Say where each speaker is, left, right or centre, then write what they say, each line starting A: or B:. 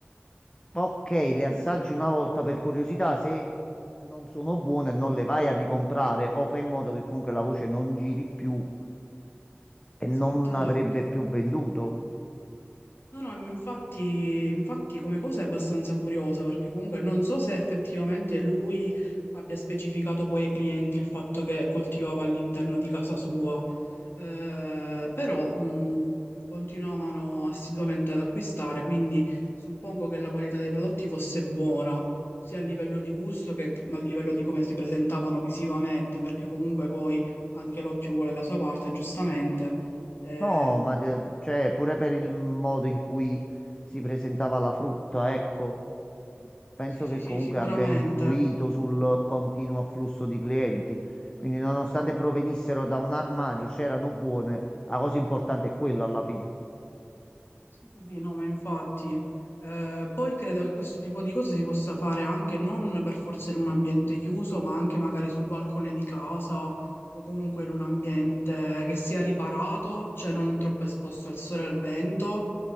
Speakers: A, on the left; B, on the left.
A: Ok, le assaggi
B: già.
A: una volta per curiosità, se non sono buone non le vai a ricomprare o fai in modo che comunque la voce non giri più e non
B: Esatto, esatto.
A: avrebbe più venduto.
B: No, no, infatti, infatti come cosa è abbastanza curiosa perché comunque non so se effettivamente lui abbia specificato poi ai clienti il fatto che coltivava all'interno di casa sua, eh, però mh, continuavano assiduamente ad acquistare, quindi suppongo che la qualità dei prodotti fosse buona, sia a livello di gusto che a livello di come si presentavano visivamente, perché comunque poi anche l'occhio vuole la sua parte, giustamente. Eh,
A: No, ma de- cioè pure per il modo in cui si presentava la frutta, ecco, penso
B: Sì,
A: che
B: sì, sì,
A: comunque
B: sicuramente.
A: abbia influito sul continuo afflusso di clienti. Quindi nonostante provenissero da un armadio, c'erano buone, la cosa importante è quella alla fine.
B: Sì, sì, sì, no, ma infatti. Eh, poi credo che questo tipo di cose si possa fare anche non per forza in un ambiente chiuso, ma anche magari sul balcone di casa o comunque in un ambiente che sia riparato, cioè non troppo esposto al sole e al vento,